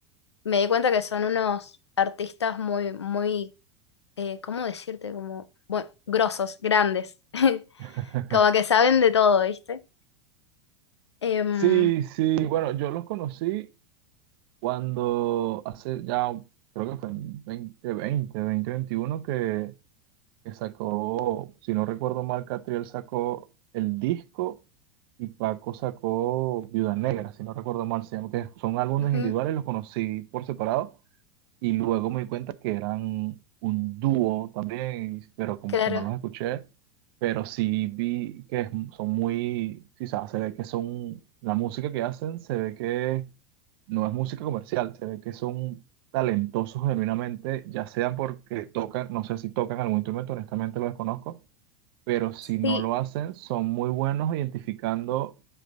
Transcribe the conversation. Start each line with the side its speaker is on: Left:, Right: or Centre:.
Left: me di cuenta que son unos artistas muy, muy, eh, ¿cómo decirte? Como, bueno, grosos, grandes, <laughs>
Right: <laughs>
Left: como que saben de todo, ¿viste? Em,
Right: Sí, sí, bueno, yo los conocí cuando hace ya, creo que fue en 2020, veintiuno que que sacó, si no recuerdo mal, Catriel sacó el disco y Paco sacó Viuda Negra, si no recuerdo mal, se llama, que son álbumes
Left: ujú,
Right: individuales, los conocí por separado, y luego me di cuenta que eran un dúo también, y- pero como
Left: claro.
Right: que no los escuché. Pero sí vi que es- son muy, quizás se ve que son, la música que hacen se ve que no es música comercial, se ve que son talentosos genuinamente, ya sean porque tocan, no sé si tocan algún instrumento, honestamente lo desconozco, pero si no
Left: Sí,
Right: lo hacen, son muy buenos identificando